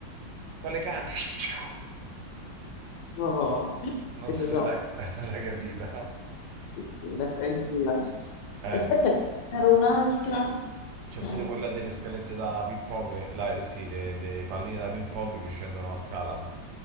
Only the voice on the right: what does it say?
Quale camion?
Non
so
se l'hai <laughs> l'hai capita.
Eh,
c'è
pure quella delle scalette da ping pong, la- sì, le, le palline da ping pong che scendono la scala.